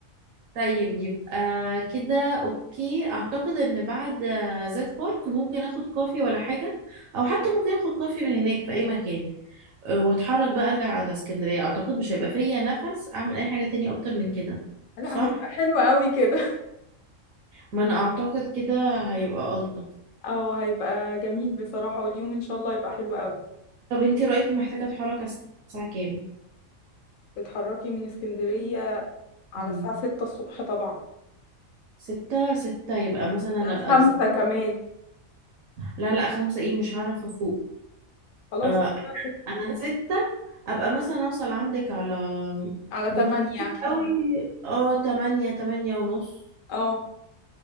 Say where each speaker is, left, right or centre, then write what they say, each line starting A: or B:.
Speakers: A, on the right; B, on the left.
A: طيب يبقى كده اوكي اعتقد ان بعد آه، ذات بارك ممكن اخد كوفي ولا حاجه او حتى ممكن اخد كوفي من هناك في اي مكان آه، واتحرك بقى ارجع على اسكندريه اعتقد مش هيبقى فيا نفس اعمل اي حاجه تاني اكتر من كده
B: لا
A: صح
B: هيبقى حلو قوي كده
A: ما انا اعتقد كده هيبقى الطف
B: <laughs> اه هيبقى جميل بصراحة واليوم ان شاء الله هيبقى حلو قوي
A: طب انتي رايك محتاجه اتحرك على الساعه كام
B: تتحركي من اسكندرية على
A: مم.
B: الساعة ستة الصبح طبعا
A: ستة ستة يبقى مثلا
B: الساعة
A: ابقى
B: خمسة
A: في زي
B: كمان
A: لا لا خمسة ايه مش هعرف افوق
B: خلاص
A: آه
B: الساعة ستة
A: انا ستة ابقى مثلا اوصل عندك على
B: على
A: بكتير
B: تمانية
A: قوي اه تمانية تمانية ونص
B: اه